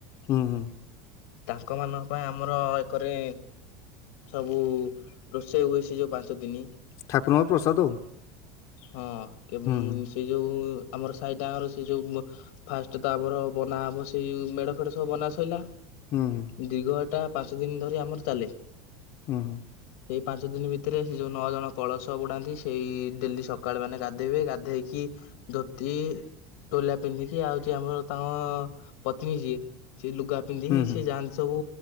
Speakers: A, on the left (about 45°); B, on the left (about 70°).
A: ହୁଁ ହୁଁ।
B: ତାଙ୍କ ମାନଙ୍କ ପାଇଁ ଆମର ଏକରେ ସବୁ ରୋଷେଇ ହୁଏ ସେ ଯୋଉ ପାଞ୍ଚ ଦିନ
A: ଠାକୁରଙ୍କ ପ୍ରସାଦ ଆଉ
B: ହଁ କେ
A: ହୁଁ
B: ସେ ଯୋଉ ଆମର ସାହି ଡାଁର ସେ ଯୋଉ ଫାଷ୍ଟ ତ ଆମର ବନା ହବ ସେଇ ମେଢ ଫେଡ ସବୁ ବନା ସଇଲା
A: ହୁଁ ହୁଁ।
B: ଦୀର୍ଘ ଟା ପାଞ୍ଚ ଦିନ ଧରି ଆମର ଚାଲେ
A: ହୁଁ ହୁଁ।
B: ସେଇ ପାଞ୍ଚ ଦିନ ଭିତରେ ସେ ଯୋଉ ନଅ ଜଣ କଳସ ବୁଡାନ୍ତି ସେଇ ଡେଲି ସକାଳେ ମାନେ ଗାଧେଇବେ ଗାଧେଇକି ଧୋତି ଟୋଲା ପିନ୍ଧିକି ଆଉଛି ଆମର ତାଙ୍କ ପତ୍ନୀ ଯିଏ ସେଇ ଲୁଗା ପିନ୍ଧିକି
A: ହୁଁ ହୁଁ ହୁଁ
B: ସେ ଯାଆନ୍ତି ସବୁ